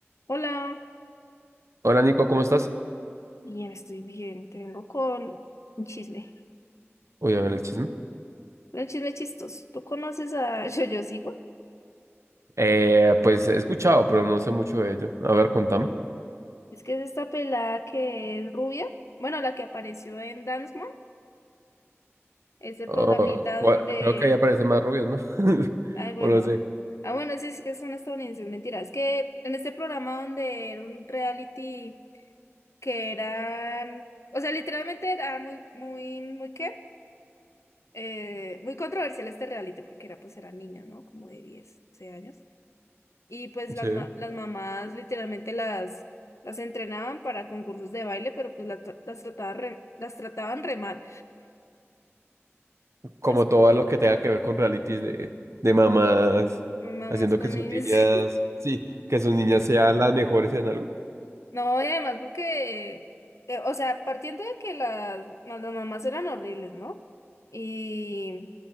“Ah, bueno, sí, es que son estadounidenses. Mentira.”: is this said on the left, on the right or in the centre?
Left